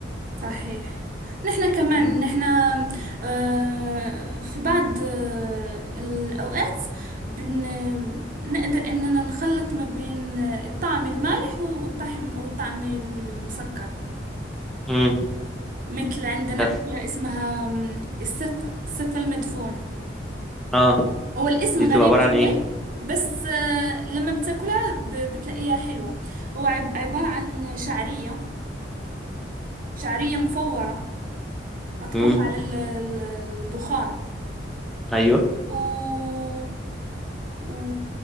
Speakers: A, on the right (about 45°); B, in the centre.
A: صحيح نحن كمان
B: امم
A: نحن آه، في بعض آه، الأوقات بن نقدر إننا نخلط ما بين آه، الطعم المالح والطعم والطعم المسكر
B: امم
A: مثل عندنا
B: ده
A: أكلة
B: ف-
A: اسمها آم، السفة السفة المدفونة
B: اه
A: هو الاسم
B: دي
A: غريب
B: بتبقى عباره
A: شوي
B: عن ايه
A: بس آه، لما بتاكلها ب- بتلاقيها حلوة هو عب- عبارة عن شعرية شعرية مفورة مطبوخة
B: امم
A: على ال- ال- البخار
B: ايوه
A: و... و...